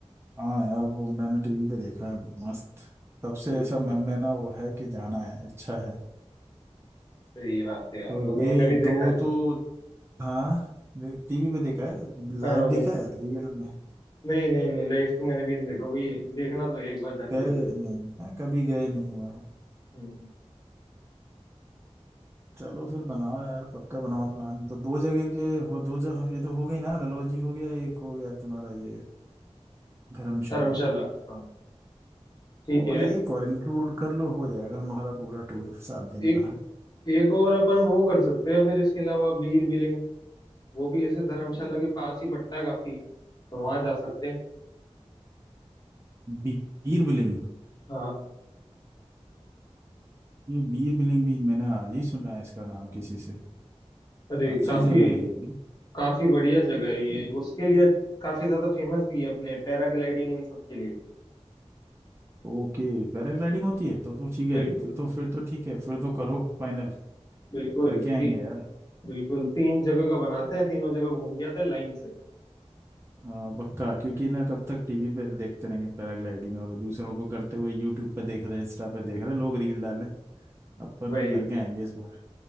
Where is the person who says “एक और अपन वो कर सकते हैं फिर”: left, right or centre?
Left